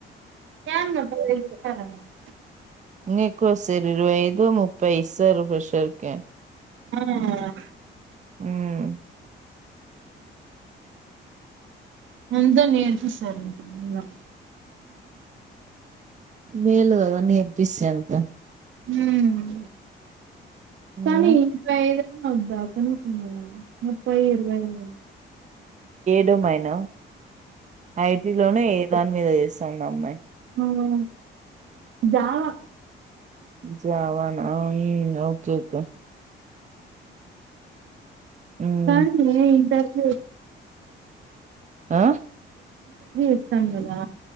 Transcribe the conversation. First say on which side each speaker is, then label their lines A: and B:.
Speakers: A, on the right (about 75°); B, on the right (about 35°).
A: ఏంది అబ్బా <unintelligible>
B: నీకో సెరీ ఇరవై ఐదు, ముప్పై ఇస్సర్రు పషూకే
A: ఆహ్
B: హ్మ్
A: అంతా నేర్పిసారంట <unintelligible>
B: మేలు కద నేర్పిసే అంత
A: ఉమ్
B: ఉమ్
A: కానీ ఇరువైళ్ళు నోద్దాక చూసున్నావ్ ముప్పై ఏడువేలు
B: ట్ మైనా ఐటీ లోనే ఏ దాని మీద చేస్తాన్దా. అమ్మాయి
A: అవునవున్ జావా
B: మంచిగావానా ఈ ఆ ఓకే ఓకే ఉమ్
A: కానీ ఇంటర్వ్యూ
B: ఆ
A: ఇస్తాం గాదా.